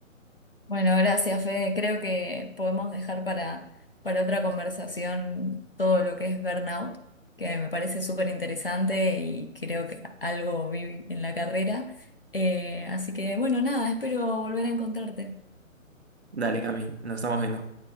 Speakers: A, on the left; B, on the right.
A: Bueno, gracias, Fede. Creo que podemos dejar para, para otra conversación todo lo que es burnout, que me parece súper interesante y creo que algo vi en la carrera. Eh, así que, bueno, nada, espero volver a encontrarte.
B: Dale, Cami, nos estamos viendo.